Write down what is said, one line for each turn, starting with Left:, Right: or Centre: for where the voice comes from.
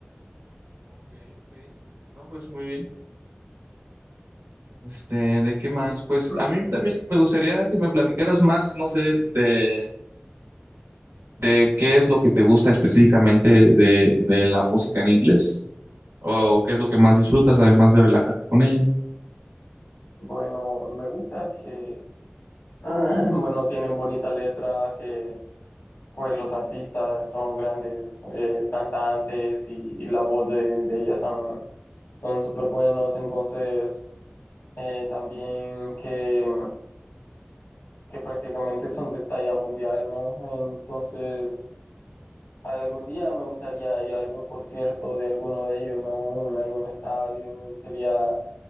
Right: Ok, ok. No, pues muy bien. Este, ¿de qué más? Pues
Left: <clears throat>
Right: a mí también me gustaría que me platicaras más, no sé, de, de qué es lo que te gusta específicamente de, de la música en inglés o qué es lo que más disfrutas además de relajarte con ella.
Left: Bueno, me gusta que, <clears throat> bueno, tienen bonita letra, que pues los artistas son grandes eh, cantantes y, y la voz de, de ellas son, son súper buenos, entonces eh, también que, que prácticamente son de talla mundial, ¿no? Entonces, algún día me gustaría ir a algún concierto de alguno de ellos, ¿no? En algún estadio, sería,